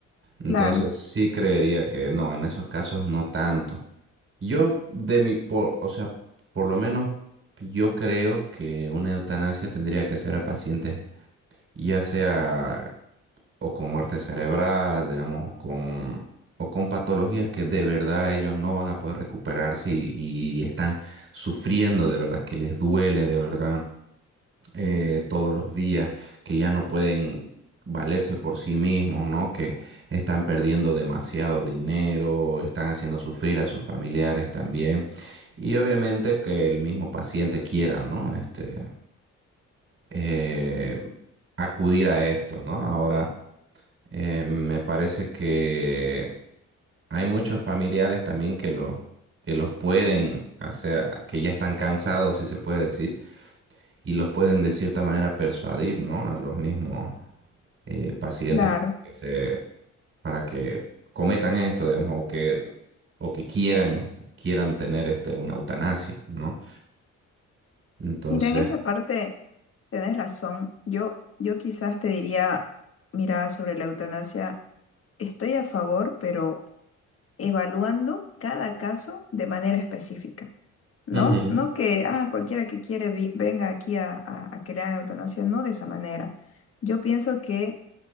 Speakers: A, on the right (about 45°); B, on the left (about 50°).
A: Entonces
B: Claro,
A: sí creería que no, en esos casos no tanto. Yo, de mi, por, o sea, por lo menos yo creo que una eutanasia tendría que ser a pacientes, ya sea o con muerte cerebral, digamos, o con, o con patologías que de verdad ellos no van a poder recuperarse y, y están sufriendo de verdad, que les duele de verdad eh, todos los días, que ya no pueden valerse por sí mismos, ¿no? Que están perdiendo demasiado dinero, están haciendo sufrir a sus familiares también. Y obviamente que el mismo paciente quiera, ¿no? Este, eh, acudir a esto, ¿no? Ahora, eh, me parece que hay muchos familiares también que los que los pueden hacer, que ya están cansados, si se puede decir, y los pueden de cierta manera persuadir, ¿no? A los mismos eh, pacientes
B: claro.
A: para que se, para que cometan esto, digamos, o que, o que quieran, quieran tener este, una eutanasia, ¿no? Entonces,
B: Mira, en esa parte tenés razón. Yo, yo quizás te diría, mira, sobre la eutanasia, estoy a favor, pero evaluando cada caso de manera específica, ¿no?
A: Ujú.
B: No que, ah, cualquiera que quiere vi- venga aquí a, a, a que le hagan eutanasia, no de esa manera. Yo pienso que